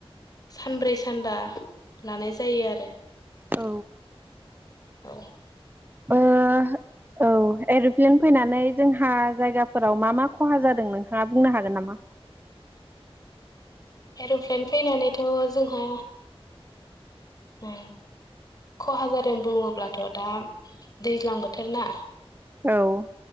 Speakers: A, on the left (about 40°); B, on the right (about 20°).
A: सानब्रै सानबा लानाय जायो आरो
B: औ
A: औ
B: ओ औ एर'प्लेन फैनानै जोंहा जायगाफोराव मा मा खहा जादों नोंथाङा बुंनो हागोन नामा
A: एर'प्लेन फैनानैथ' जोंहा
B: <inaudible>
A: ओ खहा जादों बुङोब्लाथ' दा दैज्लां बोथोर ना
B: औ